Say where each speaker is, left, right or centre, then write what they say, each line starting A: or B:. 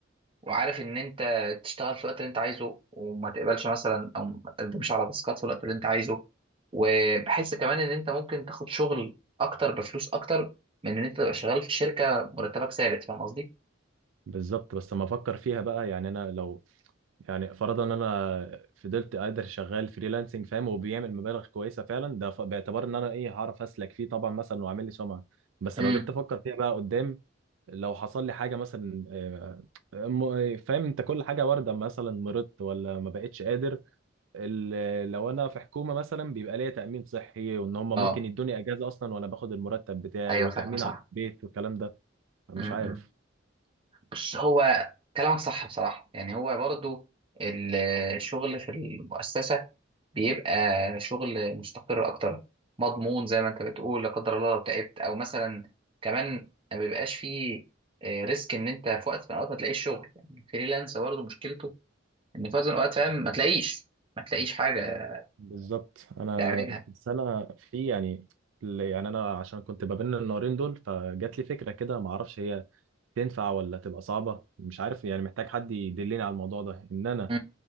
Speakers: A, on the right (about 25°); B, on the right (about 80°).
A: وعارف ان انت تشتغل في الوقت اللي انت عايزه وما تقبلش مثلا او ما تقدمش على تاسكات في الوقت اللي انت عايزه وبحس كمان ان انت ممكن تاخد شغل اكتر بفلوس اكتر من ان انت تبقى شغال في شركه مرتبك ثابت فاهم قصدي؟
B: بالظبط بس لما افكر فيها بقى يعني انا لو يعني فرضا ان انا فضلت قادر شغال فريلانسنج فاهم وبيعمل مبالغ كويسه فعلا ده ف- باعتبار ان انا ايه هعرف اسلك فيه طبعا مثلا واعمل لي سمعه بس
A: امم
B: لو جيت افكر فيها بقى قدام لو حصل لي حاجه مثلا آه، م- فاهم انت كل حاجه وارده مثلا مرضت ولا ما بقتش قادر ال- لو انا في حكومه مثلا بيبقى ليا تامين صحي وان هم
A: اه
B: ممكن يدوني اجازه اصلا وانا باخد المرتب بتاعي
A: ايوه
B: وتامين
A: فاهم صح
B: على البيت والكلام ده مش
A: امم
B: عارف
A: بس هو كلامك صح بصراحه يعني هو برضو الشغل في المؤسسه بيبقى شغل مستقر اكتر مضمون زي ما انت بتقول لا قدر الله لو تعبت او مثلا كمان ما بيبقاش فيه آه، ريسك ان انت في وقت من الاوقات ما تلاقيش شغل يعني الفريلانس برضه مشكلته ان في وقت من الاوقات فاهم ما تلاقيش ما تلاقيش حاجه
B: بالظبط انا
A: تعملها
B: بس انا في يعني يعني انا عشان كنت ما بين النارين دول فجات لي فكره كده ما اعرفش هي تنفع ولا تبقى صعبه مش عارف يعني محتاج حد يدلني على الموضوع ده ان انا
A: مم.